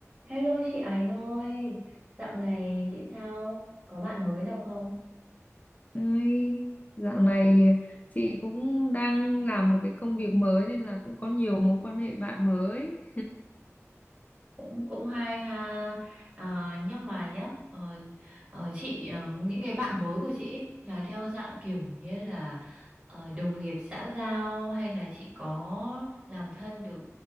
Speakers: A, on the right; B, on the left.
A: Hello chị Ánh ơi, dạo này chị sao? Có bạn mới nào không?
B: Đấy, dạo này chị cũng đang làm một cái công việc mới nên là cũng có nhiều mối quan hệ bạn mới.
A: cũng cũng hay ha Ờ, nhưng mà nhá ờ, ờ, chị ờ, những cái bạn mới của chị ấy là theo dạng kiểu như là ờ, đồng nghiệp xã giao hay là chị có làm thân được